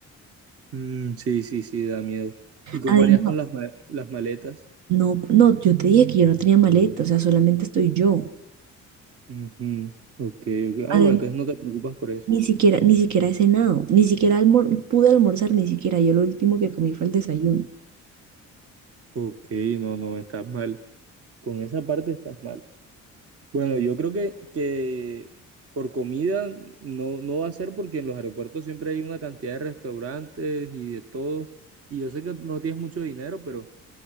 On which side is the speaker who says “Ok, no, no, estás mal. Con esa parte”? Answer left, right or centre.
Right